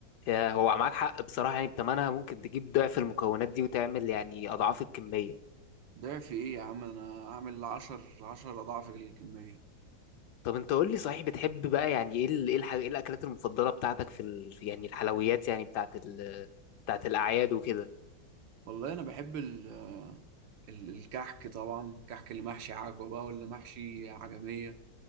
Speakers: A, on the left; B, on the right.
A: يا هو معاك حق بصراحه يعني بتمنها ممكن تجيب ضعف المكونات دي وتعمل يعني اضعاف الكميه
B: ضعف ايه يا عم انا اعمل عشر عشر اضعاف الكمية
A: طب انت قول لي صحيح بتحب بقى يعني ايه ال- ايه الحاجه ايه الاكلات المفضله بتاعتك في ال... يعني الحلويات يعني بتاعت ال... بتاعت الاعياد وكده
B: والله انا بحب ال ال- الكحك طبعا الكحك اللي محشي عجوة بقى واللي محشي عجمية